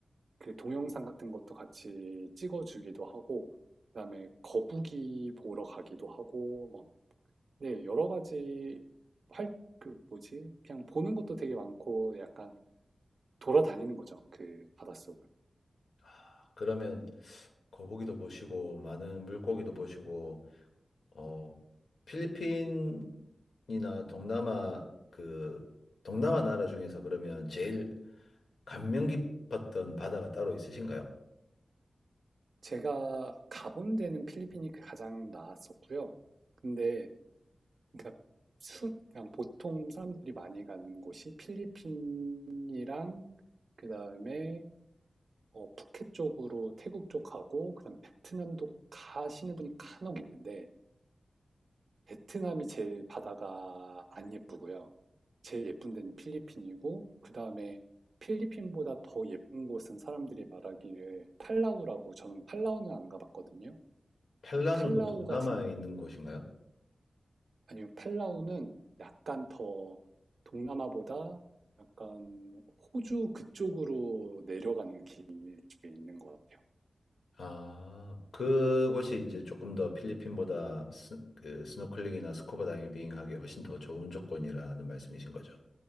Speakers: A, on the right; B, on the left.
A: 그 동영상 같은 것도 같이 찍어주기도 하고, 그다음에 거북이 보러 가기도 하고, 뭐 네, 여러 가지 활, 그 뭐지? 그냥 보는 것도 되게 많고 약간 돌아다니는 거죠. 그 바닷속을.
B: 아, 그러면 거북이도 보시고, 많은 물고기도 보시고, 어, 필리핀이나 동남아, 그, 동남아 나라 중에서 그러면 제일 감명 깊었던 바다가 따로 있으신가요?
A: 제가 가본 데는 필리핀이 그 가장 나았었고요. 근데 그러니까 순, 그냥 보통 사람들이 많이 가는 곳이 필리핀이랑 그다음에 어, 푸켓 쪽으로 태국 쪽 가고 그다음 베트남도 가시는 분이 간혹 있는데 베트남이 제일 바다가 안 예쁘고요. 제일 예쁜 데는 필리핀이고 그 다음에 필리핀보다 더 예쁜 곳은 사람들이 말하기에 팔라우라고 저는 팔라우는 안 가봤거든요.
B: 팔라누도
A: 근데 팔라우가
B: 동남아에
A: 진
B: 있는 곳인가요?
A: 아니면 팔라우는 약간 더 동남아보다 약간 호주 그쪽으로 내려가는 길 쪽에 있는 것 같아요.
B: 아, 그곳이 이제 조금 더 필리핀보다 스, 그 스노클링이나 스쿠버 다이빙하기 훨씬 더 좋은 조건이라는 말씀이신 거죠.